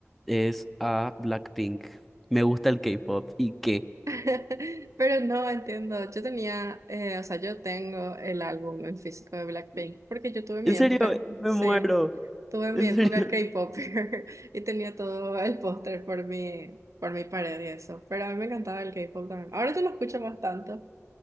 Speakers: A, in the centre; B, on the right (about 80°).
A: es a Blackpink. Me gusta el K-pop. ¿Y qué?
B: <laughs> Pero no entiendo, yo tenía, eh, o sea, yo tengo el álbum en físico de Blackpink, porque yo tuve mi
A: En
B: época,
A: serio, me
B: sí,
A: muero.
B: tuve
A: En
B: mi época
A: serio.
B: K-pop <laughs> y tenía todo el póster por mi, por mi pared y eso, pero a mí me encantaba el K-pop también. Ahora yo lo escucho más tanto,